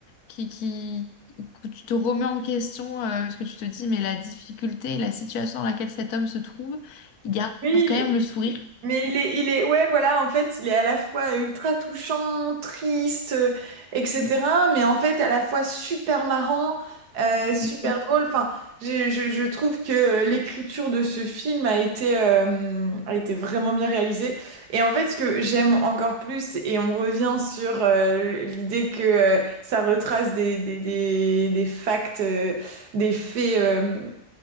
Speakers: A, on the left; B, on the right.
A: qui, qui, où tu te remets en question euh, parce que tu te dis, mais la difficulté, la situation dans laquelle cet homme se trouve, il garde
B: Oui,
A: quand même le sourire
B: Mais il est, il est, ouais, voilà, en fait, il est à la fois ultra touchant, triste, euh, etc.
A: Mmh,
B: Mais en fait, à la fois super marrant, euh, super
A: mmh,
B: drôle. Enfin, je, je, je trouve que l'écriture de ce film a été, euh, a été vraiment bien réalisée. Et en fait, ce que j'aime encore plus, et on revient sur euh, l'idée que euh, ça retrace des, des, des, des facts, euh, des faits. euh,